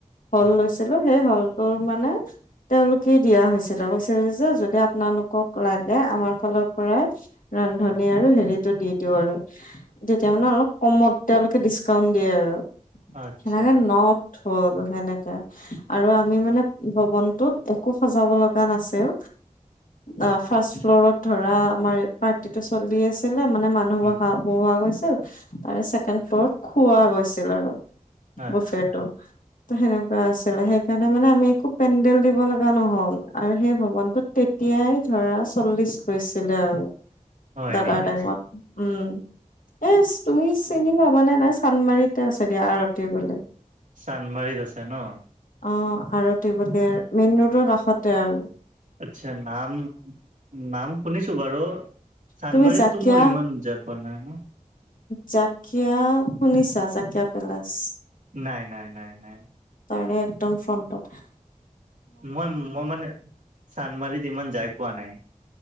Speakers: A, on the left; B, on the right.
A: হল
B: অ
A: লৈছিলোঁ সেই হলটোৰ মানে তেওঁলোকে দিয়া হৈছিলে কৈছিলে যে যদি আপোনালোকক লাগে আমাৰ ফালৰ পৰাই ৰান্ধনী
B: অ
A: আৰু হেৰিটো দি দিওঁ আৰু। তেতিয়া মানে অলপ কমত তেওঁলোকে ডিচকাউন্ট দিয়ে আৰু
B: আচ্ছা
A: সেনেকে ন হ'ল <unintelligible> সেনেকে আৰু আমি মানে ভৱনটোত একো সজাব লগা নাছিল অ, ফাৰ্ষ্ট ফ্লৰত ধৰা আমাৰ পাৰ্টিটো চলি আছিলে মানে মাত মানুহ
B: উম
A: মখা বহোৱা গৈছিল, তাৰে ছেকেণ্ড ফ্লত খোৱা গৈছিল আৰু।
B: আচ্ছা
A: বুফেটো। ত' সেনেকুৱা আছিলে সেইকাৰণে মানে আমি একো পেণ্ডেল দিব লগা নহল আৰু সেই ভৱনটোত তেতিয়াই ধৰা চল্লিশ হৈছিলে আৰু।
B: হয়
A: দৰাৰ
B: নেকি
A: টাইমত উম। এচ তুমি চিনি পাবানে নাই চান্দমাৰীতে আছেগে আৰতি বুলি।
B: চানমাৰিত আছে ন?
A: অ আৰতি বুলি মেইন ৰোডৰ কাষতে আও।
B: আচ্ছা নাম নাম শুনিছোঁ বাৰু চান্দমাৰীতটো
A: তুমি জাকিয়া
B: মোৰ ইমান জাপ বনাই ন?
A: জাকিয়া শুনিছা জাকিয়া পেলেচ?
B: নাই- নাই- নাই - নাই
A: তাৰে একদম ফ্ৰণ্টত
B: মই মই মানে চান্দমাৰিত ইমান যাই পোৱা নাই।